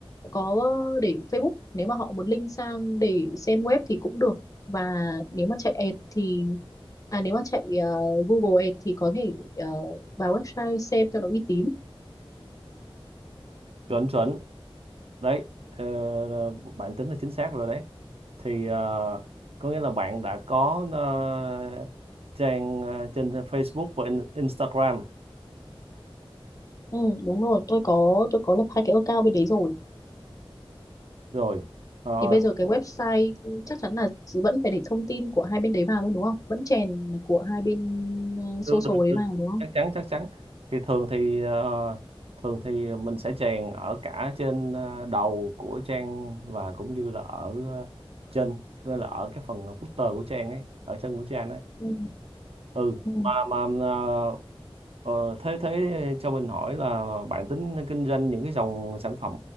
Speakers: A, on the left (about 35°); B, on the right (about 80°).
A: có để Facebook nếu mà họ muốn link sang để xem web thì cũng được và nếu mà chạy ad thì à nếu mà chạy ờ, Google Ads thì có thể ờ, vào website xem cho nó uy tín
B: Chuẩn chuẩn. đấy ờ, ờ, bạn tính là chính xác rồi đấy thì ờ, có nghĩa là bạn đã có ờ, trang ờ, trên Facebook và in- Instagram
A: Ừ, đúng rồi, tôi có tôi có lập hai cái account bên đấy rồi.
B: rồi Ờ,
A: Thì bây giờ cái website chắc chắn là vẫn phải để thông tin của hai bên đấy vào luôn đúng không? Vẫn chèn của hai bên ờ, social
B: được được
A: đấy
B: được
A: vào đúng không?
B: chắc chắn chắc chắn thì thường thì ờ, thường thì mình sẽ chèn ở cả trên ờ, đầu của trang và cũng như là ở ờ, trên gọi là ở cái phần footer của trang ấy ở chân của trang ấy
A: Ừ.
B: ừ
A: Ừ.
B: mà mà ờ, Ờ, thế thế cho mình hỏi là bạn tính kinh doanh những cái dòng sản phẩm